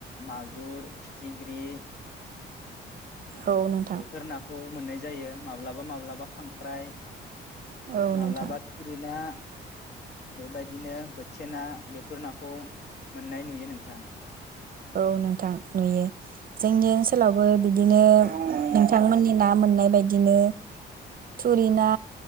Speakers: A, on the left; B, on the right.
A: मागुर फिथिख्रि
B: औ नोंथां
A: बेफोर नाखौ मोननाय जायो माब्लाबा माब्लाबा खांख्राइ
B: औ
A: माब्लाबा
B: नोंथां
A: थुरिना बेबायदिनो बोथिया ना बेफोर नाखौ मोननाय नुयो नोंथां
B: औ नोंथां नुयो जोंनि ओनसोलावबो बिदिनो नोंथांमोननि ना मोननाय बायदिनो थुरि ना